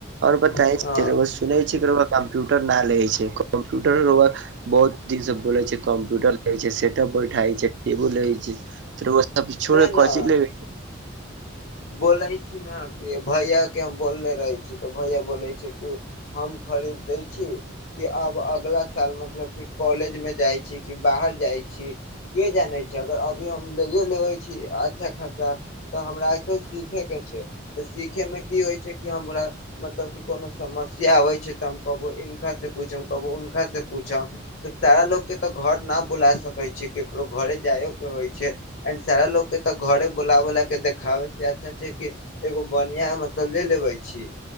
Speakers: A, on the right (about 60°); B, on the left (about 60°).
A: आओर बताई
B: ह
A: रौआ सु सुनै छियै क रौउआ कम्प्यूटर न लै छै, कम्प्यूटर रौउवा बहुत दिन से बोले छै, कम्प्यूटर रहै छै, सेटप बैठाइ छै, टेबुल रहै छै, त रौउवा अभी छोड़े
B: न
A: कहै
B: न
A: छय इ लेवे।
B: बोलै छी न कि भैया के हम बोलले रहै छी, त भैया बोलै छै कि हम खरीद दै छी। कि आब अगला साल मतलब कि कॉलेजमे जाइ छी, कि बाहर जाइ छी। के जानै छै अगर अभी हम लैयो लेबय छी, अच्छा खासा तऽ हमरा सब सीखैके छै, तऽ सीखैमे की होइ छै कि हमरा मतलब कि कोनो समस्या आबै छै, तऽ हम कहबो इनका से पूछ हम कहबो उनका से पूछब तऽ सारा लोक के तऽ घर न बुला सकै छि, केकरो घरे जायो के होइ छै। एंड सारा लोक के तऽ घरे बोला-बोला के देखाबे जे अच्छा-अच्छा के एगो बढ़िया मतलब ले लेबय छी।